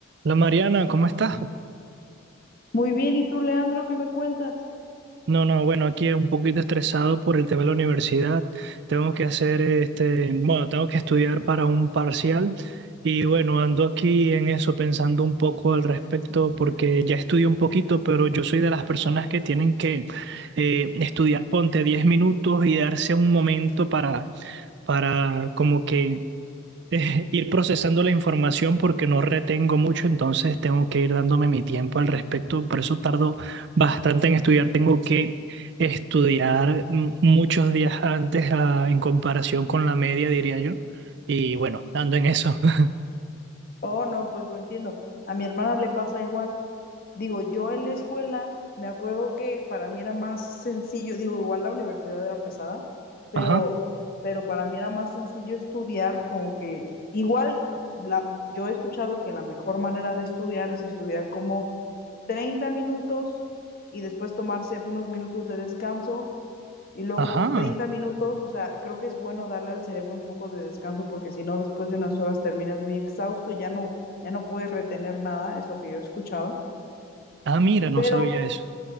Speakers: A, on the right; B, on the left.
A: La Mariana, ¿cómo estás?
B: Muy bien, ¿y tú, Leandro, qué me cuentas?
A: No, no, bueno, aquí un poquito estresado por el tema de la universidad. Tengo que hacer este, bueno, tengo que estudiar para un parcial y bueno, ando aquí en eso pensando un poco al respecto porque ya estudié un poquito, pero yo soy de las personas que tienen que eh, estudiar, ponte 10 minutos y darse un momento para, para como que <laughs> eh, ir procesando la información porque no retengo mucho, entonces tengo que ir dándome mi tiempo al respecto. Por eso tardo bastante en estudiar. Tengo que estudiar m- muchos días antes ah, en comparación con la media, diría yo. Y bueno, dando en eso. <laughs>
B: Oh, no, pues lo entiendo. A mi hermana le pasa igual. Digo, yo en la escuela, me acuerdo que para mí era más sencillo, digo, igual la universidad era pesada, pero,
A: Ajá,
B: pero para mí era más sencillo estudiar, como que igual la, yo he escuchado que la mejor manera de estudiar es estudiar como 30 minutos y después tomarse unos minutos de descanso y luego
A: ajá.
B: otros treinta minutos, o sea, creo que es bueno darle al cerebro un poco de descanso porque si no, después de unas horas terminas muy exhausto, ya no, ya no puedes retener nada, es lo que yo he escuchado.
A: Ah, mira, no
B: Pero,
A: sabía eso.